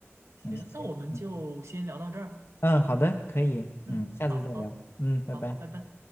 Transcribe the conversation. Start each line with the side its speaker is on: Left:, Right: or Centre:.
Right: 行，
Left: 嗯行，
Right: 那我们就先聊到这儿，
Left: 嗯嗯，好的，可以，
Right: 嗯，
Left: 嗯，下次再聊吧，
Right: 好好好，
Left: 嗯，拜拜。
Right: 拜拜。